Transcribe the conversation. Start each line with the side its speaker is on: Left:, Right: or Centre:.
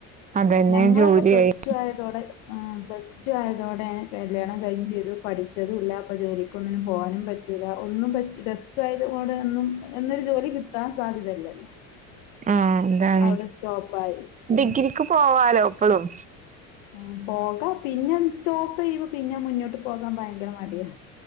Right: അതന്നെ
Left: ഞങ്ങളൊക്കെ
Right: ജോലിയായി
Left: പ്ലസ് ടു ആയതോടെ പ്ലസ് ടു ആയതോടെയാണ് കല്യാണം കഴിഞ്ഞും ചെയ്തു പഠിച്ചതും ഇല്ല അപ്പൊ ജോലിക്ക് ഒന്നിനും പോകാനും പറ്റില്ല ഒന്നും പറ്റ് ഡെസ്റ്റ് ആയത കൊൂടെ ഒന്നും എന്നൊരു ജോലി കിട്ടാൻ സാധ്യതയില്ലല്ലോ
Right: ആ എന്താണ്
Left: അവിടെ സ്റ്റോപ്പായി
Right: ഡിഗ്രിക്ക്
Left: ഉം
Right: പോവാലോ പ്പളും
Left: ആ പോകാം പിന്നെ സ്റ്റോപ്പ് ചെയ്യ്പോ പിന്നെ മുന്നോട്ട് പോകാ ഭയങ്കര മടിയാ